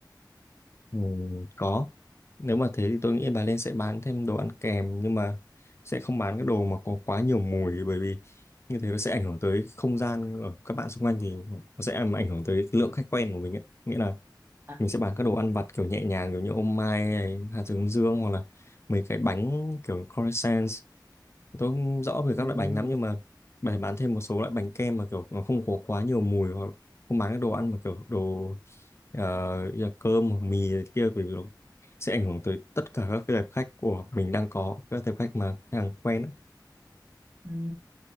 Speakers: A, on the left; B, on the right.
A: Ừ, có nếu mà thế thì tôi nghĩ bà Lên sẽ bán thêm đồ ăn kèm nhưng mà sẽ không bán cái đồ mà có quá nhiều mùi bởi vì như thế nó sẽ ảnh hưởng tới không gian ở các bạn xung quanh thì nó sẽ làm ảnh hưởng tới lượng khách quen của mình ấy. Nghĩa là
B: À,
A: mình sẽ bán các đồ ăn vặt kiểu nhẹ nhàng kiểu như ô mai này, hạt hướng dương hoặc là mấy cái bánh kiểu croissants tôi không rõ về
B: ừ,
A: các loại bánh lắm nhưng mà bày bán thêm một số loại bánh kem mà kiểu nó không có quá nhiều mùi hoặc không bán cái đồ ăn mà kiểu đồ ờ, như là cơm hoặc mì này kia bởi vì nó sẽ ảnh hưởng tới tất cả các cái tệp khách của mình đang có các tệp khách mà khách hàng quen á
B: ừ,